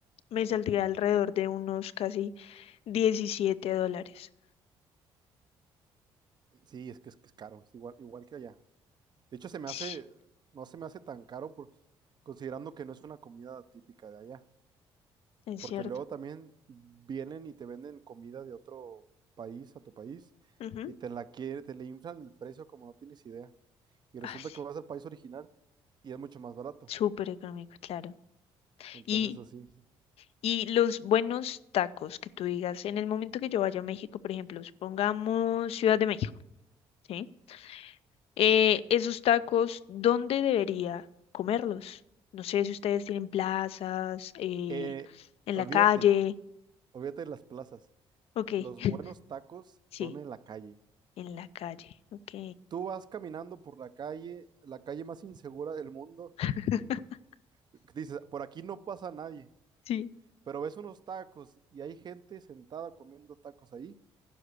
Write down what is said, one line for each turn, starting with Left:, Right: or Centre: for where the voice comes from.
Left: me saldría
Right: ujú.
Left: alrededor de unos casi 17 dólares.
Right: Sí, es que es, que es caro, es igual, igual que allá. De hecho, se me hace,
Left: Sí,
Right: no se me hace tan caro por, considerando que no es una comida típica de allá.
Left: es
Right: Porque
Left: cierto.
Right: luego también vienen y te venden comida de otro país a tu país
Left: Ujú.
Right: y te la quiere, te le inflan el precio como no tienes idea. Y
Left: Ay,
Right: resulta
Left: sí,
Right: que vas al país original y es mucho más barato.
Left: súper económico, claro.
Right: Entonces,
Left: Y,
Right: así. sí.
Left: y los buenos tacos que tú digas, en el momento que yo vaya a México, por ejemplo, supongamos Ciudad de México, ¿sí? Eh, esos tacos, ¿dónde debería comerlos? No sé si ustedes tienen plazas, eh,
Right: Eh,
Left: en
Right: olvídate,
Left: la calle.
Right: olvídate de las plazas.
Left: Ok,
Right: Los
Left: <laughs>
Right: buenos tacos son
Left: sí,
Right: en la calle.
Left: en la calle. Ok,
Right: Tú vas caminando por la calle, la calle más insegura del mundo.
Left: <laughs>
Right: <laughs> Dices, por aquí no pasa nadie,
Left: sí,
Right: pero ves unos tacos y hay gente sentada comiendo tacos ahí